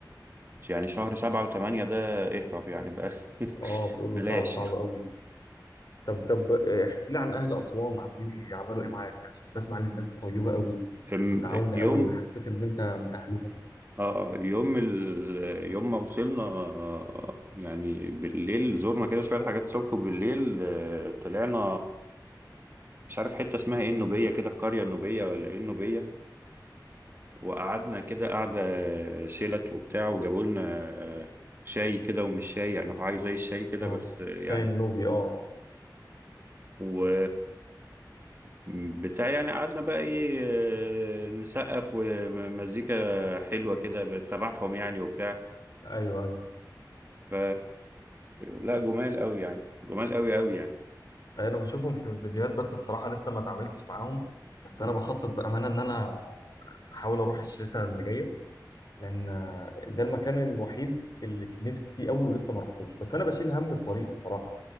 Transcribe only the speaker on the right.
يعني شهر سبعة وثمانية ده اهرب يعني بقى
<laughs>
بلاش
أم-
يوم
اه يوم ال... يوم ما وصلنا آه، يعني بالليل زرنا كده شوية حاجات الصبح وبالليل آه، طلعنا مش عارف حتة اسمها ايه النوبية كده القرية النوبية ولا ايه النوبية وقعدنا كده قعدة شيلت وبتاع وجابوا لنا آه، شاي كده ومش شاي يعني هو حاجة زي الشاي كده
بس آه، يعني
و بتاع يعني قعدنا بقى ايه آه، نسقف ومزيكا حلوة كده تبعهم يعني وبتاع
ف لا جمال قوي يعني جمال قوي قوي يعني
مم.